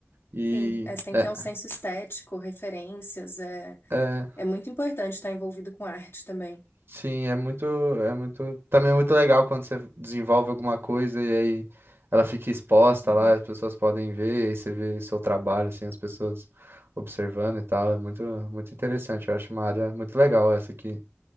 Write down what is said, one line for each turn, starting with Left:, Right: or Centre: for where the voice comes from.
Right: E
Left: Sim, é, você tem
Right: é,
Left: que ter um senso estético, referências, é,
Right: é,
Left: é muito importante estar envolvido com arte também.
Right: sim, é muito, é muito, também é muito legal quando você desenvolve alguma coisa e aí ela fica exposta
Left: Uhum,
Right: lá, as pessoas podem ver, aí você vê seu trabalho, assim, as pessoas observando e tal, é muito, muito interessante, eu acho uma área muito legal essa aqui.